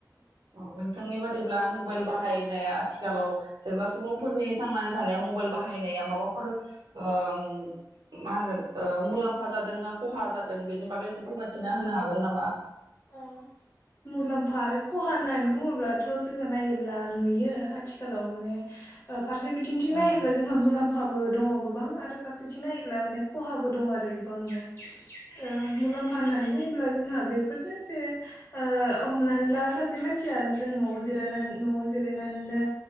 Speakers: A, on the right; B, on the left.
A: औ नोंथांनि बादिब्ला मबाइल बाहायनाया आथिखालाव सोरबा सुबुंफोरनि थांनानै थानायाव मबाइल बाहायनाया माबाफोर ओ ओं मा होनगोन ओ मुलाम्फा जादों ना खहा जादों बेनि बागै एसे फोरमायथिना होनो हागोन नामा?
B: ओं मुलाम्फा आरो खहा होननानै बुङोब्लाथ' जोङो नायोब्ला नुयो आथिखालाव माने ओ फारसेबिथिं थिं
A: औ
B: नायोब्ला जोंहा मुलाम फाबो दङ गोबां आरो फारसेथिं नायोब्ला माने खहाबो दङ आरो गोबांनो ओ मुलाम्फा होननानै बुङोब्ला जोंहा बे फोरनो जे ओ हमनानै ला सासे मानसिया जों न'आव जिरायनान न'आव जिरायनानैनो